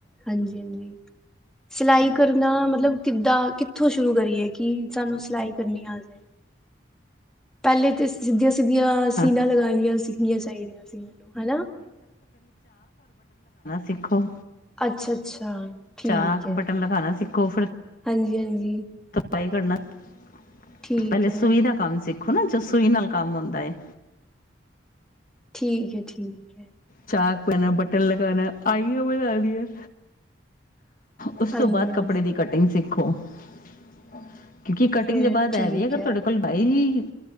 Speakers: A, in the centre; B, on the left.
A: ਹਾਂਜੀ -ਹਾਂਜੀ ਸਿਲਾਈ ਕਰ ਮਤਲਬ ਕਿੱਦਾਂ? ਤਾਂ, ਕਿੱਥੋਂ ਸ਼ੁਰੂ ਕਰੀਏ। ਕੀ ਸਾਨੂੰ ਸਿਲਾਈ ਕਰਨੀ ਆਜੇ। ਪਹਿਲੇ ਤੇ ਸਿੱਧੀਆਂ- ਸਿੱਧੀਆਂ
B: ਹਾਂ
A: ਸੀਨਾ ਲਗਣੀਆਂ ਸਿੱਖਣੀਆਂ ਚਾਹੀਦੀਆਂ ਸੀ, ਹਨਾ
B: ਸਿੱਖੋ।
A: ਅੱਛਾ-ਅੱਛਾ, ਠੀਕ
B: ਚਾਕ
A: ਹੈ,
B: ਬਟਨ ਲਗਾਉਣਾ ਸਿੱਖੋ। ਫਿਰ,
A: ਹਾਂਜੀ-ਹਾਂਜੀ।
B: ਾਈ <inaudible>
A: ਠੀਕ
B: ਪਹਿਲੇ
A: ਹੈ,
B: ਸੂਈ ਦਾ ਕੰਮ ਸਿੱਖਿਆ ਦੇਖੋ ਨਾ, ਜੋ ਸੂਈ ਨਾਲ ਕੰਮ ਹੁੰਦਾ ਹੇ।
A: ਠੀਕ ਹੈ। ਠੀਕ ਹੈ।
B: ਚਾਕ ਪਾਣਾ, ਬਟਨ ਲਗਾਣਾ ਆਈ ਬਣਾ ਦੀਆਂ ਉਸ
A: ਹਾਂਜੀ,
B: ਤੋਂ ਬਾਅਦ
A: ਹਾਂਜੀ।
B: ਕੱਪੜੇ ਦੀ, ਕਟਿੰਗ ਸਿੱਖੋ। <inaudible> ਕਿਉਂਕਿ ਕਟਿੰਗ
A: ਫੇਰ
B: ਦੇ ਬਾਅਦ
A: ਠੀਕ
B: ਇਹ ਵੀ, ਅਗਰ
A: ਹੈ,
B: ਤੁਹਾਡੇ ਕੋਲ ਬਾਈ